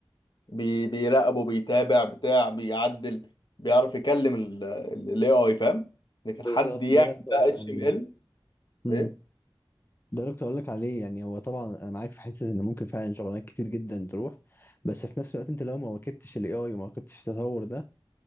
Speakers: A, on the left; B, on the left.
A: بي بيراقبه بيتابع بتاع بيعدل بيعرف يكلم الاي اي فاهم لكن
B: بالظبط
A: حد يعمل
B: ده اللي كنت اقول
A: بقى
B: لك
A: اتش
B: عليه
A: ام ال
B: امم
A: ايه
B: ده اللي كنت اقول لك عليه يعني هو طبعا انا معاك في حته ان ممكن فعلا شغلانات كتير جدا تروح بس في نفس الوقت انت لو ما واكبتش الاي اي وما واكبتش التطور ده